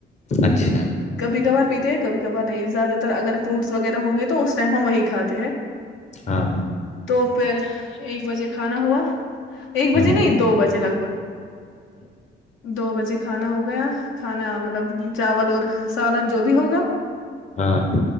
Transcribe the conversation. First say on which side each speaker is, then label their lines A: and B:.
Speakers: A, on the left (about 35°); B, on the left (about 80°).
A: اچھا
B: کبھی کبھار پیتے کبھی کبھار نہیں زیادہ تر اگر فروٹس وغیرہ ہ گے تو اس ٹائم ہم وہی کھاتے ہیں
A: ہاں
B: تو پھر ایک بجے کھانا ہوا ایک بجے
A: ہاں
B: نہیں دو بجے لگ بھگ دو بجے کھانا ہو گیا کھانا مطلب چاول اور سالن جو بھی ہوگا
A: ہاں